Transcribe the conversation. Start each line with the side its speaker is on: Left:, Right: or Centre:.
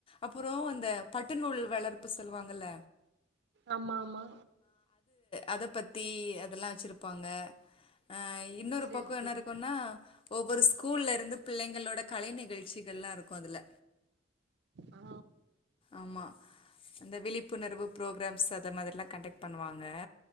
Left: அப்றோ அந்த பட்டுநூல் வளப்பு சொல்லுவாங்கல்ல
Right: ஆமா ஆமா
Left: அத பத்தி அதெல்லா வச்சிருப்பாங்க ஆ இன்னொரு
Right: சரி
Left: பக்கோ
Right: சரி
Left: என்ன இருக்குன்னா ஒவ்வொரு ஸ்கூல்லேருந்து பிள்ளைங்களோட கலை நிகழ்ச்சிகள்லாருக்கு க்கு அதுல
Right: ஆ
Left: ஆமா அந்த விழிப்புணர்வு ப்ரோக்ராம்ஸ் அத மாதிரிலா கண்டெக் பண்ணுவாங்க